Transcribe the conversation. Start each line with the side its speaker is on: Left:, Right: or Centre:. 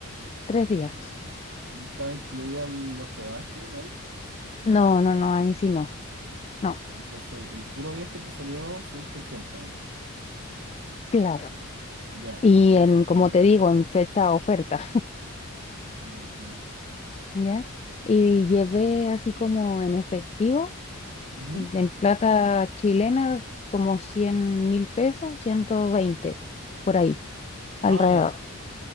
Left: Tres días.
Right: Y estaba incluida el hospedaje ahí.
Left: No, no, no, ahí sí no. No,
Right: Entonces, el puro viaje te salió 180 me dijiste.
Left: claro.
Right: Ya.
Left: Y
Right: Y
Left: en,
Right: eso
Left: como
Right: en
Left: te
Right: ida y vuelta.
Left: digo, en fecha oferta,
Right: Ya entiendo.
Left: <laughs> ¿ya? Y llevé así como en efectivo,
Right: Ujú.
Left: en plata chilena, como cien mil pesos, 120 por ahí, alrededor.
Right: Ah, ya.